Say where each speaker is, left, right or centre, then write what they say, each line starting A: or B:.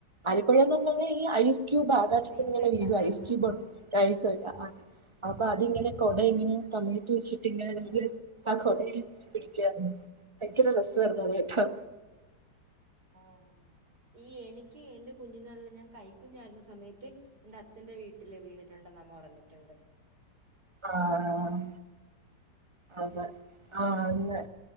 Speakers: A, on the right; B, on the right.
A: അലിപ്പഴന്ന് പറഞ്ഞെന്ന ഈ ഐസ് ക്യൂബ ആകാശത്തിന്ന്
B: ഐസ്
A: ഇങ്ങനെ
B: കട്ട
A: വീഴും
B: ആഹ്
A: ഐസ് ക്യൂബ്
B: ആഹ്
A: ഐസ് <unintelligible> അപ്പൊ അതിങ്ങനെ കൊട ഇങ്ങനെ തമിഴ്ത്തിവെച്ചിട്ട് ഇങ്ങനെ <unintelligible> ആ കൊടയിൽ ഇങ്ങനെ പിടിക്കുവാരുന്നു ഭയങ്കര രസായിരുന്നു കേട്ടോ
B: ആഹ് ഈ എനിക്ക് എന്റെ കുഞ്ഞിനാ ളില് ഞാൻ കൈ കുുഞ്ഞായിരുന്ന സമയത്ത് എന്റെ അച്ഛന്റെ വീട്ടില് വീണിട്ടുണ്ടെന്ന് അമ്മ പറഞ്ഞിട്ടുണ്ട്
A: ആഹ് ആഹ്
B: ഉം
A: അതെ ആഹ് അന്ന്